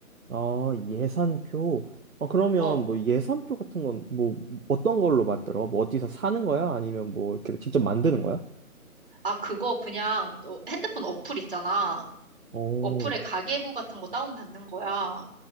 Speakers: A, on the right; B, on the right.
A: 아, 예산표. 아, 그러면
B: 어.
A: 뭐 예산표 같은 건 뭐 어떤 걸로 만들어? 뭐 어디서 사는 거야? 아니면 뭐 이렇게 직접 만드는 거야?
B: 아, 그거 그냥 너 핸드폰 어플 있잖아.
A: 오,
B: 어플에 가계부 같은 거 다운받는 거야.